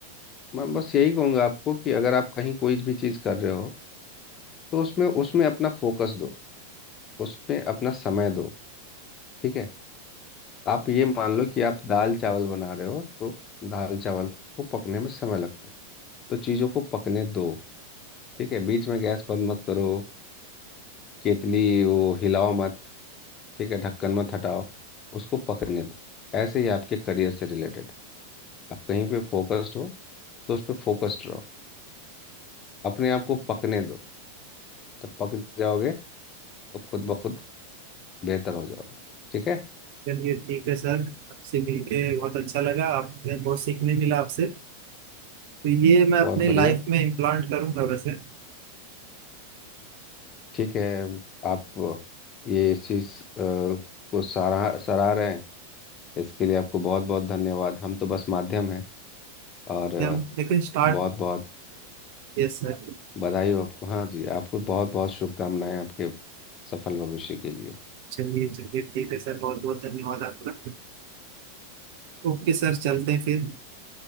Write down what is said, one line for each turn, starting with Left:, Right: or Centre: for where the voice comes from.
Left: मैं बस यही कहूंगा आपको कि अगर आप कहीं कोई भी चीज़ कर रहे हो तो उसमें उसमें अपना फोकस दो उसमें अपना समय दो ठीक है आप ये मान लो कि आप दाल चावल बना रहे हो तो दाल चावल को पकने में समय लगता है तो चीज़ों को पकने दो ठीक है बीच में गैस बंद मत करो केतली वो हिलाओ मत ठीक है ढक्कन मत हटाओ उसको पकने दो ऐसे ही आपके करियर से रिलेटेड आप कहीं पे फोकस्ड हो तो उस पर फोकस्ड रहो अपने आप को पकने दो जब पक जाओगे तो खुद ब खुद बेहतर हो जाओगे ठीक है
Right: चलिए ठीक है सर आपसे मिलके बहुत अच्छा लगा आपने बहुत सीखने मिला आपसे तो ये मैं अपनी
Left: बहुत बढ़िया
Right: लाइफ में इम्प्लांट करूंगा वैसे
Left: ठीक है आप ये इस चीज़ अ, को सराह सराह रहे हैं इसके लिए आपको बहुत बहुत धन्यवाद हम तो बस माध्यम हैं और
Right: ये हम लेकिन स्टार्ट
Left: बहुत बहुत
Right: Yes sir
Left: बधाई हो आपको हाँ जी आपको बहुत बहुत शुभकामनाएं आपके सफल भविष्य के लिए
Right: चलिए चलिए ठीक है सर बहुत बहुत धन्यवाद आपका ओके सर चलते हैं फिर